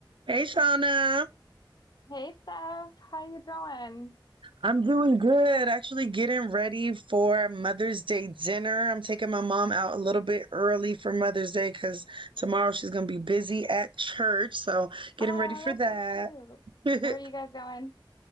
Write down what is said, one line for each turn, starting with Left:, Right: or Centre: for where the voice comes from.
Right: Hey, Shauna.
Left: Hey Steph, how you doing?
Right: I'm doing good. Actually, getting ready for Mother's Day dinner. I'm taking my mom out a little bit early for Mother's Day because tomorrow she's going to be busy at church. So, getting
Left: Oh,
Right: ready for
Left: that's
Right: that.
Left: so cute.
Right: <laughs>
Left: Where are you guys going?